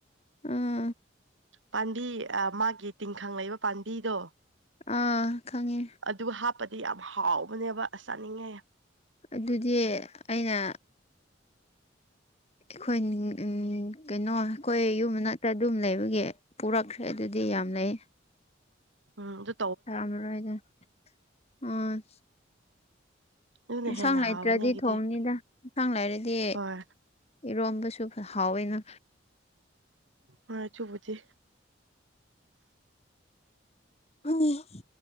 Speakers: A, on the left (about 30°); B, on the right (about 75°).
A: ꯎꯝ
B: ꯄꯥꯝꯕꯤ ꯃꯥꯒꯤ ꯇꯤꯡꯈꯪ ꯂꯩꯕ ꯄꯥꯝꯕꯤꯗꯣ
A: ꯑꯥ ꯈꯪꯉꯦ
B: ꯑꯗꯨ ꯍꯥꯞꯄꯗꯤ ꯌꯥꯝ ꯍꯥꯎꯕꯅꯦꯕ ꯆꯥꯅꯤꯡꯉꯦ
A: ꯑꯗꯨꯗꯤ ꯑꯩꯅ ꯑꯩꯈꯣꯏ ꯎꯝ ꯀꯩꯅꯣ ꯑꯩꯈꯣꯏ ꯌꯨꯝꯃꯅꯥꯛꯇ ꯑꯗꯨꯝ ꯂꯩꯕꯒꯤ ꯄꯨꯔꯛꯈ꯭ꯔꯦ ꯑꯗꯨꯗꯤ ꯌꯥꯝ ꯂꯩ
B: ꯎꯝ ꯗꯨ
A: ꯁꯥꯃꯔꯣꯢꯗꫭ ꯎꯝ
B: ꯑꯗꯨꯅ
A: ꯑꯦꯟꯁꯥꯡ
B: ꯍꯦꯟꯅ
A: ꯂꯩꯇ꯭ꯔꯗꯤ
B: ꯍꯥꯎꯕꯅꯦ ꯑꯩꯒꯤꯗꯤ
A: ꯊꯣꯡꯅꯤꯗ ꯏꯟꯁꯥꯡ ꯂꯩꯔꯗꯤ
B: ꯍꯣꯏ
A: ꯏꯔꯣꯝꯕꯁꯨ ꯍꯥꯎꯋꯦꯅ
B: ꯍꯣꯏ ꯑꯗꯨꯕꯨꯗꯤ
A: <unintelligible>